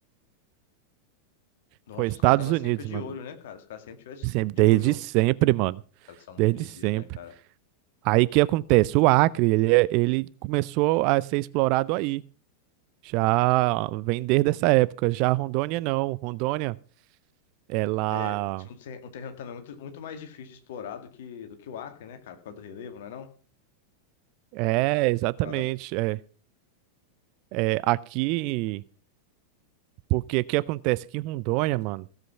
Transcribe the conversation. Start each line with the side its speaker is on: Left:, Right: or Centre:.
Left: Nossa,
Right: Foi Estados
Left: os caras estavam sempre
Right: Unidos,
Left: de
Right: mano.
Left: olho, né, cara? Os caras sempre tivessem
Right: Sempre,
Left: de
Right: desde
Left: olho no...
Right: sempre, mano.
Left: Eles são muito
Right: Desde
Left: ligeiros,
Right: sempre.
Left: né, cara?
Right: Aí o que acontece? O Acre, ele, é- ele começou a ser explorado aí. Já vem desde essa época. Já Rondônia não. Rondônia, ela
Left: É, tinha um ter- um terreno também muito, muito mais difícil de explorar do que, do que o Acre, né, cara? Por causa do relevo, não é não?
Right: é exatamente.
Left: Ou Nada.
Right: É, é aqui, porque o que acontece que em Rondônia, mano,